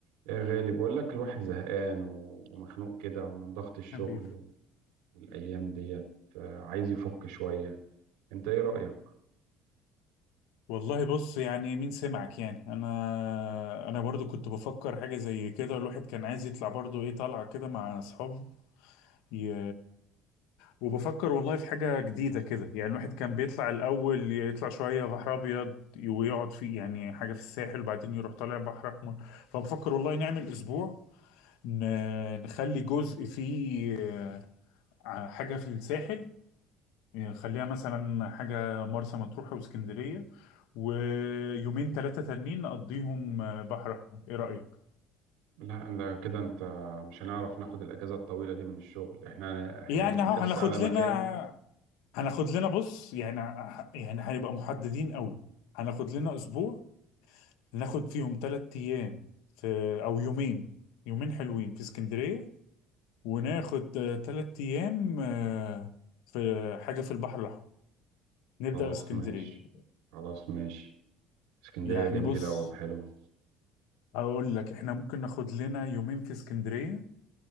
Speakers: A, on the right; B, on the left.
A: يا غالي بقول لك الواحد زهقان و- ومخنوق كده من ضغط الشغل
B: حبيبي
A: و- والأيام ديت آه، عايز يفك شوية انت ايه رأيك؟
B: والله بص يعني مين سمعك يعني انا انا برضو كنت بفكر حاجه زي كده الواحد كان عايز يطلع برضو ايه طالعه كده مع اصحابه ي... وبفكر والله في حاجه جديده كده يعني الواحد كان بيطلع الاول يطلع شويه بحر ابيض ويقعد فيه يعني حاجه في الساحل وبعدين يروح طالع بحر احمر فبفكر والله نعمل اسبوع ن... نخلي جزء فيه ع- حاجه في الساحل يعني خليها مثلا حاجة مرسى مطروح واسكندرية ويومين ثلاثة تانيين نقضيهم آه، بحر أحمر إيه رأيك؟
A: لا ده كده انت مش هنعرف ناخد الأجازة الطويلة دي من الشغل احنا احنا
B: يعني
A: ب-
B: أهو
A: نرسى
B: هناخد
A: على
B: لنا
A: مكان
B: هناخد لنا بص يعني ه- يعني هنبقى محددين قوي هناخد لنا أسبوع ناخد فيهم ثلاث أيام في أو يومين يومين حلوين في اسكندرية وناخد ثلاث أيام آه، في حاجة في البحر الأحمر نبدأ
A: خلاص
B: باسكندرية
A: ماشي خلاص ماشي اسكندرية
B: يعني
A: جميلة
B: بص
A: وحلوة
B: هقول لك احنا ممكن ناخد لنا يومين في اسكندرية